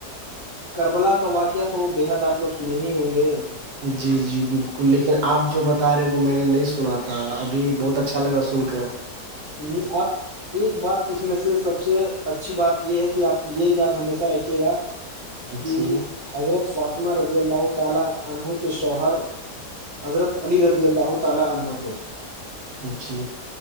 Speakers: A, on the left (about 30°); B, on the right (about 80°).
A: کربلا کا واقعہ تو بے حد آپ لوگ سنے ہی ہوں گے
B: جی جی بالکل لیکن آپ جو بتا رہے وہ میں نے نہیں سنا تھا ابھی بہت اچھا لگا سن کر
A: <inaudible> ایک بات اس میں سے سب سے اچھی بات یہ ہے کہ آپ یہ یاد ہمیشہ رکھیے گا کہ
B: جی
A: حضرت فاطمہ رضی اللہ تعالی عہوں کے شوہر حضرت علی رضی اللہ تعی عنہ تھ
B: جی